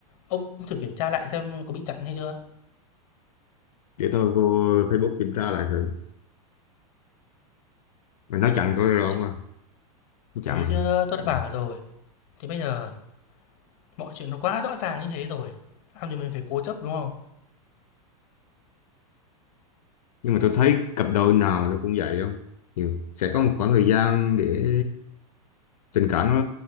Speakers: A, on the left (about 55°); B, on the left (about 85°).
A: Ông thử kiểm tra lại xem có bị chặn hay chưa?
B: Để tôi vô Facebook kiểm tra lại thử. Mà nó chặn tôi rồi ông
A: Chặn
B: à. Chặn
A: đấy
B: rồi.
A: chưa tôi đã
B: Ừ.
A: bảo rồi. Thì bây giờ mọi chuyện nó quá rõ ràng như thế rồi, làm gì mình phải cố chấp, đúng không?
B: Nhưng mà tôi thấy cặp đôi nào nó cũng vậy không? Nhiều. Sẽ có một khoảng thời gian để tình cảm nó